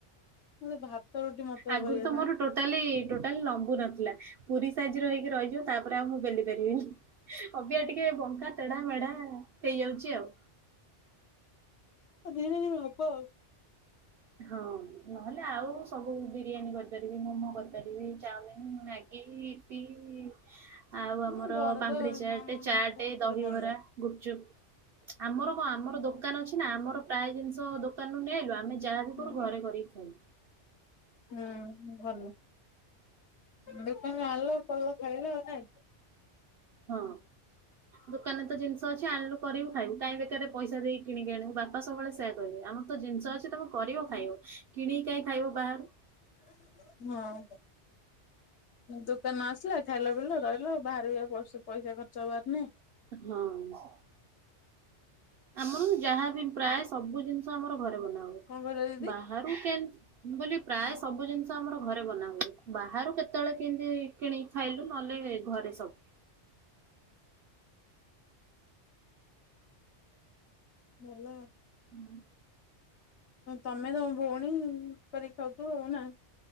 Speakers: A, on the left; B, on the right.
A: ମତେ ଭାତ ରୁଟି ମତେ ବା
B: ଆଗରୁ
A: କରିଆସେନା।
B: ତ ମୋର ଟୋଟାଲି ଟୋଟାଲି ଲମ୍ବୁ ନଥିଲା। ପୁରୀ ସାଇଜ ର ହେଇକି ରହିଯିବ ତାପରେ ଆଉ ମୁଁ ବେଲି ପାରିବିନି। ଅବିକା ଟିକେ ବଙ୍କା ତେଢା ମେଢା ହେଇଯାଉଚି ଆଉ।
A: ଧୀରେ ଧୀରେ ହବ ଆଉ।
B: ହଁ। ନହେଲେ ଆଉ ସବୁ ବିରିୟାନୀ କରିପାରିବି ମୋମୋ କରିପାରିବି ଚାଉମିିନ, ମ୍ୟାଗି ଆଉ ଆମର
A: ମୁଁ ଘରେ
B: ପାମ୍ପୁଡି
A: ତ
B: ଚାଟେ
A: ମା ମୁଁ
B: ଚାଟେ
A: ବହୁତ ଥର
B: ଦହିବରା।
A: ବନାଏ
B: ଗୁପଚୁପ୍, ଆମର କଣ ଆମର ଦୋକାନ ଅଛି ନା ଆମର ପ୍ରାୟ ଜିନିଷ ଦୋକାନରୁୁ ନେଇଆଇଲୁ ଆମେ ଯାହା ବି
A: ହୁଁ
B: କରୁ ଘରେ କରିକି ଖାଇବୁ।
A: ହୁଁ ଭଲ। ଦେକାନ ରୁ ଆଣିଲ କଲ ଖାଇଲ ଆଉ। <unintelligible>
B: ହଁ। ଦୋକାନରେ ତ ଜିନିଷ ଅଛି ଆଣିଲୁ କରିବୁ ଖାଇବୁ। କାଇଁ ବେକାରରେ ପଇସା ଦେଇକି କିଣିକି ଆଣିବୁ। ବାପା ସବୁବେଳେ ସେଇଆ କହିବେ। ଆମ ତ ଜିନିଷ ଅଛି ତମେ କରିବ ଖାଇବ। କିଣିକି କାହିଁକି ଖାଇବ ବାହାରୁ।
A: ହଁ। ଦୋକାନରୁ ଆସିଲା ଖାଇଲ ପିଇଲ ରହିଲ। ବାହାର ରେ ବି ଆଉ ପଇସା ଖର୍ଚ୍ଚ ହବାର ନାହିଁ।
B: ହଁ। ଆମର ଯାହାବି ପ୍ରାୟ ସବୁ ଜିନିଷ ଆମର ଘରେ ବନା ହୁଏ।
A: କଣ କହିଲ ଦିଦି?
B: ବାହାରୁ କେମ୍ ମୁଁ କହିଲି ପ୍ରାୟ ସବୁ ଜିନିଷ ଆମର ଘରେ ବନା ହୁଏ। ବାହାରୁ କେତେବେଳେ କେନ୍ତି କିଣିକି ଖାଇଲୁ ନହେଲେ ଘରେ ସବୁ।
A: ଭଲ।
B: ହୁଁ
A: ତମେ ତମ ଭଉଣୀ କରିକି ଖାଉଥୁବ ଆଉ ନା।